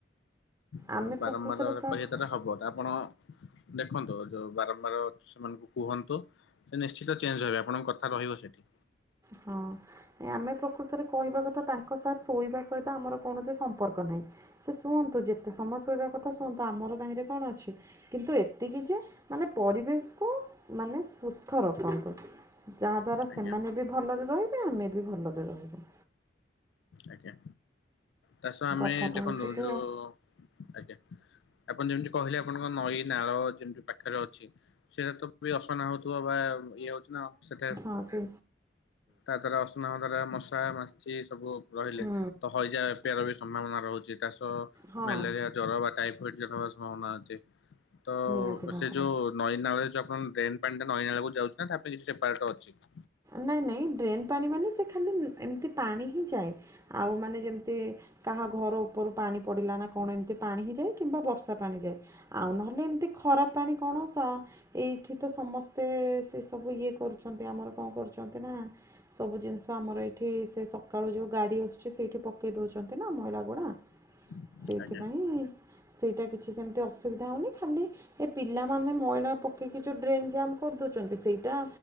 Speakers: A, on the left; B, on the right.
A: ତ
B: ଆମେ
A: ବାରମ୍ବାର
B: ପ୍ରକୃତରେ ସାର୍
A: କହିବା ଦ୍ଵାରା ହବ, ଆପଣ ଦେଖନ୍ତୁ ଯୋଉ ବାରମ୍ବାର ସେମାନଙ୍କୁ କୁହନ୍ତୁ। ନିଶ୍ଚିତ ସେ ଚେଞ୍ଜ ହେବେ। ଆପଣଙ୍କ କଥା ରହିବ ସେଠି।
B: ହଁ ଆମେ ପ୍ରକୃତ ଥରେ କହିବା କଥା ତାଙ୍କ ସାର୍ ଶୋଇବା ସହିତ ଆମର କୌଣସି ସମ୍ପର୍କ ନାହିଁ। ସେ ଶୁଅନ୍ତୁ, ଯେତେ ସମୟ ଶୋଇବା କଥା ଶୁଅନ୍ତୁ। ଆମର ଜାଣିରେ କଣ ଅଛି? କିନ୍ତୁ ଏତିକି ଯେ, ମାନେ ପରିବେଶକୁ ମାନେ, ସୁସ୍ଥ ରଖନ୍ତୁ। ଯାହାଦ୍ୱାରା
A: ଆଜ୍ଞା
B: ସେମାନେ ବି ଭଲରେ ରହିବେ, ଆମେ ବି ଭଲରେ ରହିବୁ।
A: ଆଜ୍ଞା ତା ସହ ଆମେ
B: କଥାଟା
A: ଦେଖନ୍ତୁ,
B: ହେଉଛି ସେଇଆ
A: ଯୋଉ ଆଜ୍ଞା, ଆପଣ ଯେମିତି କହିଲେ ଆପଣଙ୍କ ନଈ ନାଳ ଯେମିତି ପାଖରେ ଅଛି, ସେଇଟା ତ ବି ଅସନା ହଉଥିବ, ବା ଇଏ ହଉଛି ନା, ସେଟା
B: ହ ସେ
A: ତା ଦ୍ଵାରା ଅସନା ଦ୍ଵାରା ମଶା, ମାଛି ସବୁ ରହିଲେ
B: ହୁଁ
A: ତ ହଇଜା ବ୍ୟାପାର ବି ସମ୍ଭାବନା ରହୁଛି, ତା ସହ
B: ହଁ
A: ମ୍ୟାଲେରିଆ ଜର ବା ଟାଇଫଏଡ ଜର ହ ସମ୍ଭାବନା ଅଛି। ତ
B: ନିହାତି ଭାବରେ।
A: ସେ ଯୋଉ ନଈନାଳରେ ଯୋଉ ଆପଣ ଡ୍ରେନ୍ ପାଣି ଟା ନଈ ନାଳକୁ ଯାଉଛି, ନା ତା ପାଇଁ କିଛି ସେପରଟ ଅଛି? <inaudible>
B: ନାଇଁ ନାଇଁ ଡ୍ରେନ୍ ପାଣି ମାନେ, ସେ ଖାଲି ଏମିତି ପାଣି ହିଁ ଯାଏ। ଆଉ ମାନେ ଯେମିତି, କାହା ଘର ଉପରୁ ପାଣି ପଡ଼ିଲା ନା କଣ ଏମିତି ପାଣି ହ ଯାଏ, କିମ୍ବା ବର୍ଷା ପାଣି ଯାଏ, ଆଉ ନହଲେ ହେଲେ ଏମିତି ଖରାପ ପାଣି କଣ ସା ଏଇଠି ତ ସମସ୍ତେ ସେ ସବୁ ଇଏ କରୁଛନ୍ତି, ଆମର କଣ କରୁଛନ୍ତି ନା ସବୁ ଜିନିଷ ଆମର ଏଇଠି, ସେ ସକାଳୁ ଯେଉଁ ଗାଡ଼ି ଆସୁଛି, ସେଇଠି ପକାଇ ଦେଉଛନ୍ତି ନା ମଇଳା ଗୁଡା
A: <inaudible>
B: ସେଇଥିପାଇଁ,
A: ଆଜ୍ଞା।
B: ସେଇଟା କିଛି ସେମିତି ଅସୁବିଧା ହେଉନି। ଖାଲି ଏ ପିଲାମାନେ ମଇଳା ପକେଇକି ଯେଉଁ ଡ୍ରେନ୍ ଜାମ୍ କରିଦେଉଛନ୍ତି। ସେଇଟା